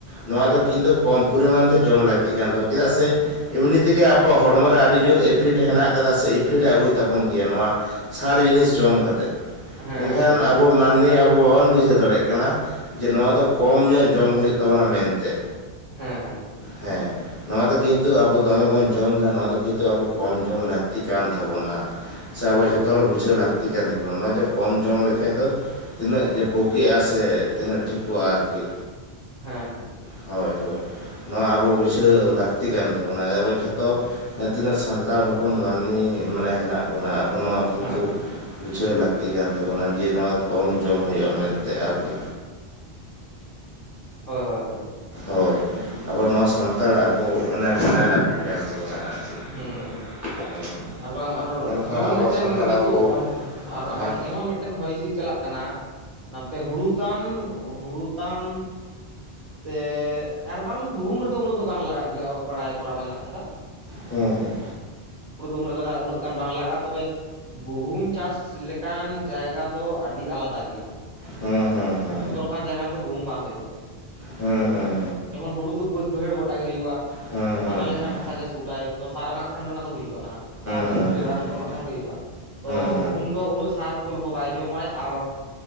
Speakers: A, on the left (about 20°); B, on the right (about 35°).
A: ᱱᱚᱣᱟ
B: ᱦᱮᱸ
A: ᱫᱚ ᱠᱤᱱᱛᱩ
B: ᱦᱮᱸ
A: ᱠᱚᱢ ᱯᱚᱨᱤᱢᱟᱱ ᱛᱮ ᱡᱚᱢ ᱞᱟᱹᱠᱛᱤ ᱠᱟᱱ ᱛᱟᱵᱱᱟ ᱪᱮᱫᱟᱜ ᱥᱮ ᱮᱢᱱᱤ ᱛᱮᱜᱮ ᱟᱵᱚᱣᱟᱜ ᱦᱚᱲᱢᱚ ᱨᱮ ᱟᱹᱰᱤ ᱡᱳᱨ ᱤᱯᱷᱷᱤᱴ ᱦᱮᱱᱟᱜ ᱟᱠᱟᱫᱟ ᱥᱮ ᱤᱯᱷᱷᱤᱴ ᱟᱹᱜᱩ ᱛᱟᱵᱚᱱ ᱜᱮᱭᱟ ᱱᱚᱣᱟ ᱥᱟᱨ ᱡᱤᱱᱤᱥ ᱡᱚᱢ ᱠᱟᱛᱮ
B: ᱦᱮᱸ
A: ᱢᱮᱱᱠᱷᱟᱱ ᱟᱵᱚ ᱢᱟᱹᱱᱢᱤ ᱟᱵᱚ ᱵᱟᱵᱚᱱ ᱵᱩᱡᱷᱟᱹᱣ ᱫᱟᱲᱮᱭᱟᱜ ᱠᱟᱱᱟ ᱡᱮ ᱱᱚᱣᱟ ᱫᱚ ᱠᱚᱢ ᱧᱚᱜ ᱡᱚᱢ ᱦᱩᱭᱩᱜ ᱛᱟᱵᱚᱱᱟ ᱢᱮᱱᱛᱮ
B: ᱦᱮᱸ ᱦᱮᱸ ᱦᱮᱸ
A: ᱦᱮᱸ ᱱᱚᱣᱟ ᱫᱚ ᱠᱤᱱᱛᱩ ᱟᱵᱚ ᱫᱚᱢᱮ ᱵᱚᱱ ᱡᱚᱢ ᱮᱫᱟ ᱱᱚᱣᱟ ᱫᱚ ᱠᱤᱱᱛᱩ ᱟᱵ ᱠᱚᱢ ᱡᱚᱢ ᱞᱟᱹᱠᱛᱤ ᱠᱟᱱ ᱛᱟᱵᱳᱱᱟ ᱥᱮ ᱟᱵᱚ ᱡᱷᱚᱛᱚ ᱦᱚᱲ ᱵᱩᱡᱷᱟᱹᱣ ᱞᱟᱹᱠᱛᱤ ᱠᱟᱱ ᱛᱟᱵᱚᱱᱟ ᱱᱚᱶᱟ ᱫᱚ ᱠᱚᱢ ᱡᱚᱢ ᱞᱮᱠᱟᱡ ᱫᱚ ᱛᱤᱱᱟᱹᱜ ᱡᱮ ᱵᱩᱜᱤᱜᱼᱟ ᱥᱮ ᱛᱤᱱᱟᱹᱜ ᱴᱷᱤᱠᱚᱜᱼᱟ ᱟᱨᱠᱤ
B: ᱦᱮᱸ ᱦᱮᱸ
A: ᱦᱳᱭ ᱦᱳᱭ ᱱᱚᱣᱟ ᱟᱵᱚ ᱵᱩᱡᱷᱟᱹᱣ ᱞᱟᱹᱠᱛᱤ ᱠᱟᱱ ᱛᱟᱵᱳᱱᱟ ᱟ ᱡᱷᱚᱛᱚ ᱡᱟᱦᱟᱸ ᱛᱤᱱᱟᱹᱜ ᱥᱟᱱᱛᱟᱲ ᱦᱚᱯᱚᱱ ᱟ ᱢᱟᱹᱱᱢᱤ ᱢᱟᱱᱮ ᱦᱮᱱᱟᱜ ᱵᱚᱱᱟ ᱟᱵᱚ ᱱᱚᱣᱟ ᱠᱤᱱᱛᱩ
B: ᱦᱮᱸ ᱦᱮᱸ
A: ᱤᱪᱷᱟᱹᱣ ᱞᱟᱹᱠᱛᱤ ᱠᱟᱱ ᱛᱟᱵᱚᱱᱟ ᱡᱮ ᱱᱚᱣᱟ ᱠᱚᱢ ᱡᱚᱢ ᱦᱩᱭᱩᱜᱼᱟ ᱢᱮᱱᱛᱮ ᱟᱨᱠᱤ
B: ᱦᱳᱭ ᱦᱳᱭ ᱦᱳᱭ
A: ᱦᱳᱭ ᱟᱵᱚ ᱱᱚᱣᱟ ᱥᱟᱱᱛᱟᱲ ᱟᱵᱚ ᱵᱟᱰᱟᱭ ᱞᱟᱹᱠᱛᱤ ᱠᱟᱱ ᱛᱟᱵᱚᱱᱟ <unintelligible>
B: ᱦᱩᱸ ᱟᱨ ᱵᱟᱝ
A: ᱢᱮᱱᱠᱷᱟᱱ
B: ᱮᱢᱚᱱ
A: ᱟᱵᱚ
B: ᱢᱤᱫᱴᱮᱱ
A: ᱥᱟᱱᱛᱟᱲ
B: ᱱᱤᱛᱚᱜ
A: ᱟᱵᱚ
B: ᱦᱚᱸ
A: ᱵᱚ
B: ᱟᱨ ᱵᱟᱝ
A: ᱦᱮᱸ
B: ᱮᱢᱚᱱ ᱢᱤᱫᱴᱮᱱ ᱦᱚᱭ ᱦᱤᱸᱥᱤᱫ ᱪᱟᱞᱟᱜ ᱠᱟᱱᱟ ᱱᱟᱛᱮ ᱦᱩᱲᱩ ᱛᱟᱢ ᱦᱩᱲᱩ ᱛᱟᱢ ᱛᱮ ᱟᱨ ᱵᱟᱝ ᱜᱩᱦᱩᱢ ᱨᱮᱫᱚ ᱩᱱᱟᱹᱜ ᱫᱚ ᱵᱟᱝ ᱞᱟᱜᱟᱜ ᱜᱮᱭᱟ ᱵᱟᱲᱟᱭ ᱠᱚᱨᱟᱣ ᱢᱮᱱᱟᱜ ᱠᱟᱫᱟ
A: ᱦᱮᱸ ᱦᱮᱸ
B: ᱩᱱᱟᱹᱜ ᱜᱟᱱ ᱵᱟᱝ ᱞᱟᱜᱟᱜᱼᱟ ᱛᱚᱵᱮ ᱜᱩᱦᱩᱢ ᱪᱟᱥ ᱞᱮᱠᱟᱱ ᱡᱟᱭᱜᱟ ᱫᱚ ᱟᱹᱰᱤ ᱟᱹᱰᱤ ᱟᱞᱟᱫᱟ ᱜᱮᱭᱟ
A: ᱦᱮᱸ ᱦᱮᱸ ᱦᱮᱸ
B: ᱡᱷᱚᱛᱚ ᱞᱮᱠᱟᱱ ᱡᱟᱭᱜᱟ ᱨᱮᱫᱚ ᱜᱩᱦᱩᱢ ᱵᱟᱝ ᱦᱩᱭᱩᱜᱼᱟ
A: ᱦᱮᱸ ᱦᱮᱸ ᱦᱮᱸ
B: ᱡᱮᱢᱚᱱ ᱦᱩᱲᱩᱫ ᱵᱟᱹᱫ ᱵᱟᱭᱦᱟᱹᱲ ᱜᱚᱴᱟ ᱜᱚᱴᱟ ᱜᱮ ᱦᱩᱭᱩᱜᱼᱟ
A: ᱦᱮᱸ
B: ᱵᱟᱱᱟᱨ
A: ᱦᱮᱸ ᱦᱮᱸ
B: ᱞᱮᱠᱟᱱ ᱦᱟᱥᱟ ᱜᱮ ᱥᱩᱴᱟᱭ ᱛᱚ ᱥᱟᱨᱮ ᱮᱢᱟᱜ ᱠᱷᱟᱱ ᱜᱮ ᱚᱱᱟ ᱫᱚ ᱦᱩᱭᱩᱜᱼᱟ ᱱᱟᱦᱟᱜ ᱥᱟᱨ
A: ᱦᱮᱸ ᱦᱮᱸ ᱦᱮᱸ ᱦᱮᱸ
B: ᱮᱥᱯᱨᱮ ᱨᱟᱱ ᱠᱚ ᱮᱢᱟᱜ ᱠᱷᱟᱱ ᱜᱮ ᱦᱩᱭᱩᱜᱼᱟ ᱛᱚ
A: ᱦᱮᱸ
B: ᱜᱩᱦᱩᱢ ᱫᱚ ᱩᱱᱟᱹᱜ ᱥᱟᱨ ᱠᱳᱞ ᱦᱚᱸ ᱵᱟᱭ ᱡᱚᱢᱟ ᱟᱨ